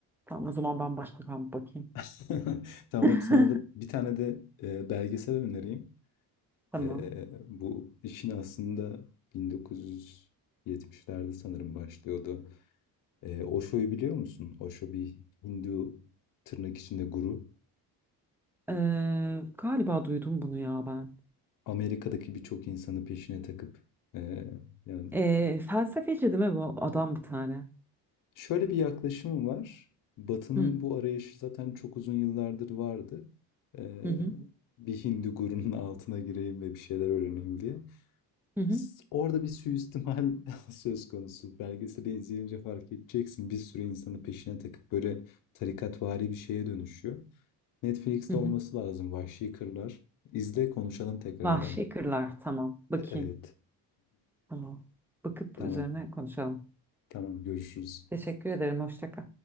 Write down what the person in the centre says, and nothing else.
Tamam o zaman ben başka kamp bakayım.
<laughs>
Tamam.
Ee, galiba duydum bunu ya ben.
Ee, felsefeci değil mi bu adam bir tane?
Hı
hı hı
hı hı.
hı hı.
Vahşi kırlar tamam. Bakayım.
Tamam. Bakıp
üzerine konuşalım.
Teşekkür ederim. Hoşça kal.